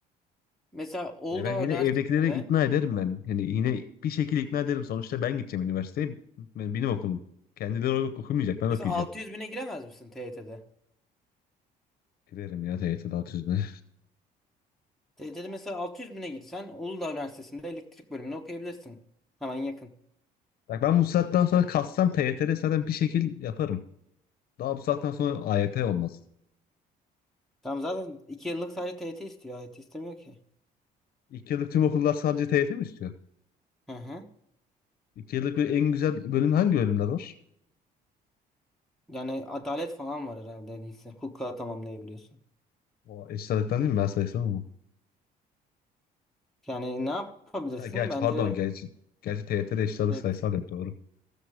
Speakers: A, in the centre; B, on the left (about 60°).
A: Mesela Uludağ
B: Ya Ben yine
A: Üniversitesi'nde
B: evdekileri ikna ederim ben. Yani yine bir şekilde ikna ederim. Sonuçta ben gideceğim üniversiteye. Ben, benim okulum. Kendileri ok- okumayacak. Ben okuyacağım.
A: mesela 600 bine giremez misin TYT'de?
B: Girerim ya TYT'de alt yüzüne.
A: TYT'de mesela 600 bine girsen Uludağ Üniversitesi'nde elektrik bölümüne okuyabilirsin. Hemen yakın.
B: Bak ben bu saatten sonra kassam TYT'de zaten bir şekil yaparım. Daha bu saatten sonra AYT olmaz.
A: Tamam zaten 2 yıllık sadece TYT istiyor. AYT istemiyor ki.
B: İki yıllık tüm okullar sadece TYT mi istiyor?
A: Hı hı.
B: İki yıllık böyle en güzel bölüm hangi bölümler var?
A: Yani adalet falan var herhalde neyse. Hukuka tamamlayabiliyorsun.
B: O eşit ağırlıktan değil mi? Ben sayısal ama.
A: Yani ne yapabilirsin?
B: Ha, gerçi
A: Bence
B: pardon gerçi. Gerçi TYT'de eşit ağırlık
A: evet.
B: sayısal yok doğru.